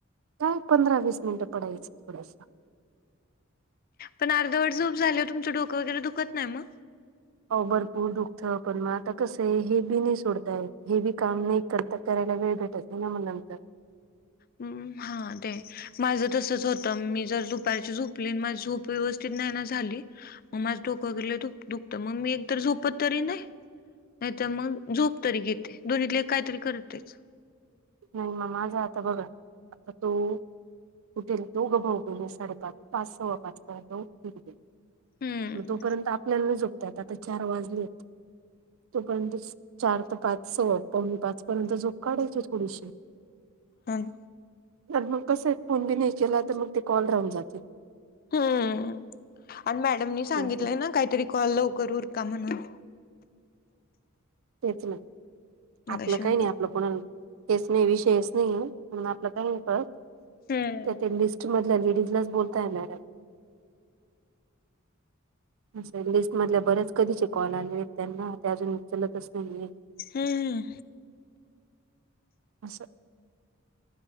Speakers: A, on the right (about 70°); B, on the left (about 45°).
A: काय पंधरा, वीस मिनिटं पडायचं थोडसं.
B: पण अर्धवट जोप झाल्यावर तुचं डोक वगैरे दुखत मग?
A: अ भरपूर दुःख पण म आता कसं आहे हे बी नाही सोडतायेत हे बी काम नाही कर करायला वेळ भेटत नाही ना मग नंतर.
B: हम्म हा ते माझ तसच होतं मी जर दुपारची झोपली अन माझी झोप व्यवस्थित नाही ना झाली म माझं डोक अग लय दुखतं मग मी एक तर झोपत तरी नाही नाही तर मग झोप तरी घेते दोन्हीतले काहीतरी करतेच
A: नाही म माझं आता बगा आता तो उठेल दोघं भाऊ पण साडेपाच पाच सव्वा पाच पर्यंत उठतील ते.
B: हम्म
A: म तोपर्यंत आपल्याला नाही झोपतायेत आता चार वाजलेत तोपर्यंत चार ते पाच स पावणे पाच पर्यंत झोप काढायची थोडीशी
B: ताई
A: तर मग कसं आहे फोन बी नाही केला तर मग ते कॉल राहून जाते
B: हम्म आणि मॅडमनी सांगितलंय
A: असं
B: ना काहीतरी कॉल लवकर उरका म्हणून
A: तेच ना
B: मगाशी
A: आपलं काही
B: मी
A: नाही आपलं कोणाला हेच नाही विषयच नाही म्हणून आपलं काय होत
B: हम्म.
A: त्यातील लिस्ट मधल्या लेडीजलाच बोलताय मॅडम असं लिस्ट मधल्या बऱ्याच कधीचे कॉल आले आहेत त्यांना ते अजून उचलतच नाही आहे
B: हम्म.
A: असं